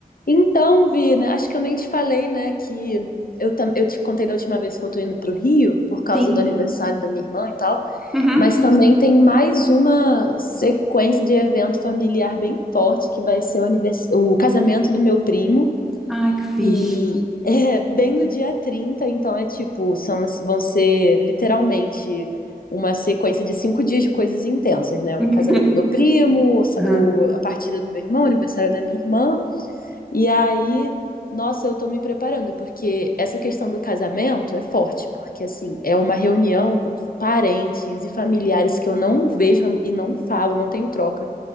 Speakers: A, on the left; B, in the centre.
A: Então, Vina, acho que eu nem te falei, né, que eu, tam- eu te contei da última vez que eu tô indo pro Rio, por causa
B: Sim.
A: do aniversário da minha irmã e tal,
B: Uhum.
A: mas também tem mais uma sequência de evento familiar bem forte, que vai ser o, anivers- o casamento do meu primo,
B: Ai, que fixe.
A: e <laughs> é bem no dia 30. então é tipo, são, vão ser literalmente uma sequência de cinco dias de coisas intensas, né?
B: <laughs>
A: O casamento do meu primo, o, sa-
B: Uhum.
A: o- a partida do meu irmão, o aniversário da minha irmã, e aí, nossa, eu tô me preparando, porque essa questão do casamento é forte, porque assim, é uma reunião com parentes e familiares que eu não vejo e não falo, não tenho troca